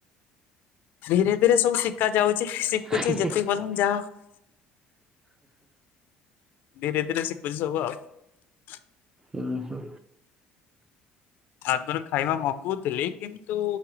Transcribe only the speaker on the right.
ହୁଁ
ହୁ ହୋ